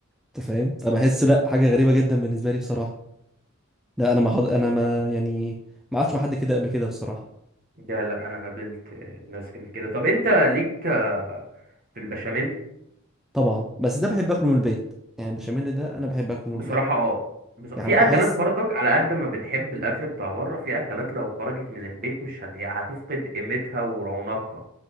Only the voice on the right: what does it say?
ده لا انا قابلت ناس كانت كده طب انت ليك آه، في البشاميل
بصراحة
اه بص... في
اكلات برضك على قد ما بنحب الاكل بتاع بره في اكلات لو خرجت من البيت مش هت... يعني هتفقد قيمتها ورونقها